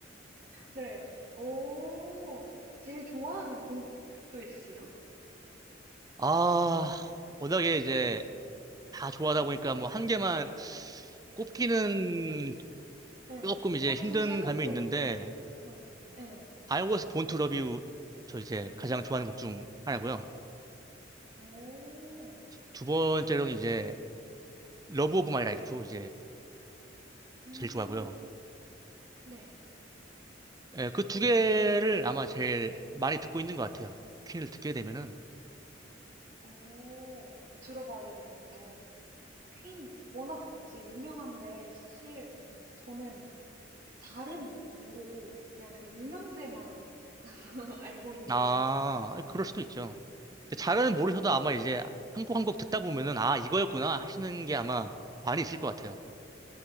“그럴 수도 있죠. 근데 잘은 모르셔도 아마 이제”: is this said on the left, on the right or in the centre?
Right